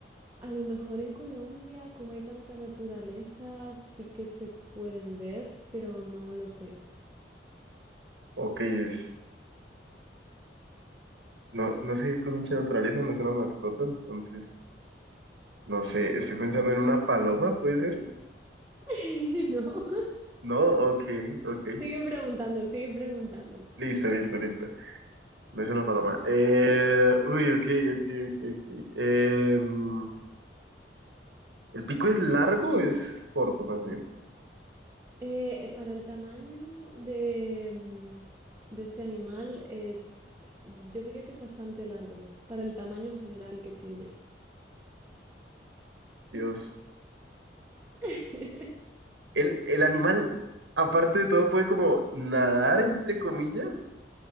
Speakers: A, on the right; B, on the right.
A: A lo mejor en Colombia, como hay tanta naturaleza, sí que se pueden ver, pero no lo sé.
B: ok, es... No, no sé con mucha naturaleza, no es una mascota, entonces... No sé, estoy pensando en una paloma, ¿puede ser?
A: <laughs> No,
B: No, ok, ok.
A: sigue preguntando, sigue preguntando.
B: Listo, listo, listo. No es una paloma. Eh, uy, ok, ok, ok, ok. Em, ¿el pico es largo o es corto, más bien?
A: Eh, eh, para el tamaño de, mm, de este animal es, di- yo diría que es bastante largo, para el tamaño general que tiene.
B: Dios.
A: <laughs>
B: ¿El, el animal, aparte de todo, puede como nadar, entre comillas?